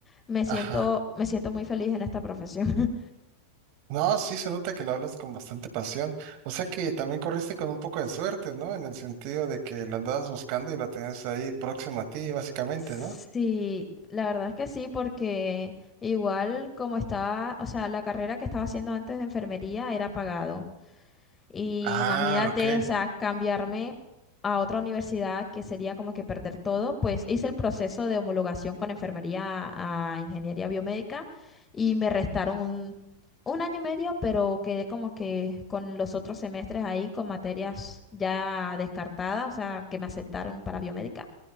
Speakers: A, on the left; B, on the right.
A: Me siento,
B: ajá.
A: me siento muy feliz en esta profesión.
B: No, sí se nota que lo hablas con bastante pasión. O sea que también corriste con un poco de suerte, ¿no? En el sentido de que la andabas buscando y la tenías ahí próxima a ti, básicamente,
A: <laughs> Sí,
B: ¿no?
A: la verdad es que sí, porque igual como estaba, o sea, la carrera que estaba haciendo antes de enfermería era pagado. Y
B: Ah,
A: imagínate,
B: ok.
A: o sea, cambiarme a otra universidad que sería como que perder todo, pues hice el proceso de homologación con enfermería a ingeniería biomédica y me restaron un, un año y medio, pero quedé como que con los otros semestres ahí con materias ya descartadas, o sea, que me aceptaron para biomédica.